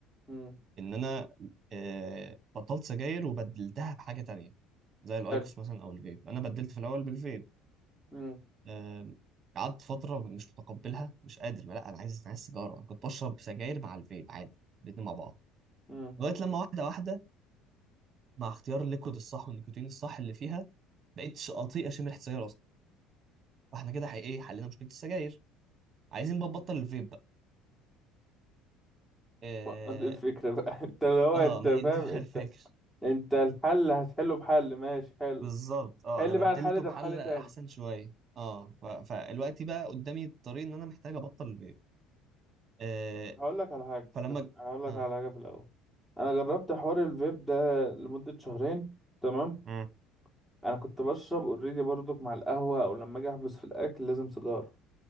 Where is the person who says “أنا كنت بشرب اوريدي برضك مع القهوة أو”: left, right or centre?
Centre